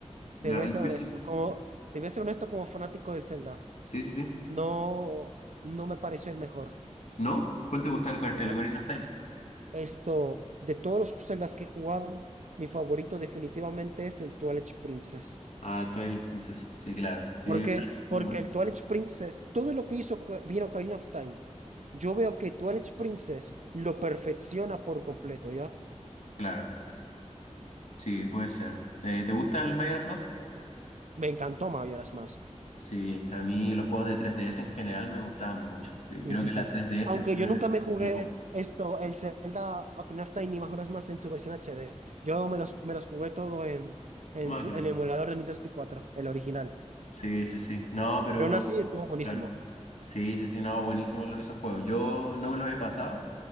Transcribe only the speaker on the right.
Te voy
a ser
honesto.
Como, te voy a ser honesto como fanático de Zelda.
No, no me pareció el mejor.
No.
Esto, de todos los Zeldas que he jugado, mi favorito definitivamente es el Twilight Princess.
¿Por qué?
Porque
el Twilight Princess, todo lo que hizo Oca- bien Ocarina of Time, yo veo que Twilight Princess lo perfecciona por completo, ¿ya?
Me encantó Majora's Mask.
Sí, sí,
sí,
sí. Aunque
yo
nunca me jugué
esto, el Zelda Ocarina of Time, ni más horas más en su versión HD. Yo me los, me los jugué todo en, en
su, el emulador de Nintendo 64, el original.
Pero aún así estuvo buenísimo.